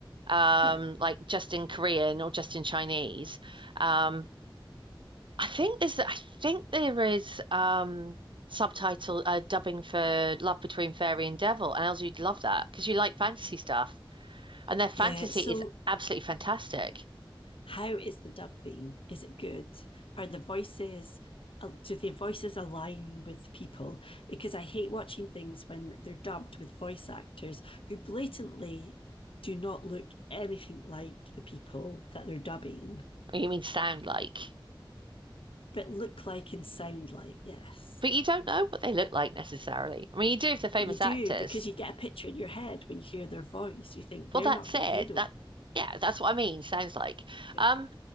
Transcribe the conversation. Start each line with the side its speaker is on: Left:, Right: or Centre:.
Right: um,
Left: Yeah.
Right: like just in Korean or just in Chinese. Um, I think there's I think there is um, subtitle uh, dubbing for Love Between Fairy and Devil, and Elsie, you'd love that because you like fantasy stuff, and their fantasy
Left: Yeah, so
Right: is absolutely fantastic.
Left: how is the dubbing? Is it good? Are the voices uh, do the voices align with people? Because I hate watching things when they're dubbed with voice actors who blatantly do not look anything like the people that they're dubbing,
Right: You mean sound like?
Left: but look like and sound like, yes.
Right: But you don't know what they look like necessarily. I mean, you do if they're famous
Left: But you do
Right: actors.
Left: because you get a picture in your head when you hear their voice. You think they're
Right: Well, that's
Left: not good,
Right: it.
Left: they don't.
Right: That, yeah, that's what I mean. Sounds like.
Left: Yeah,
Right: Um,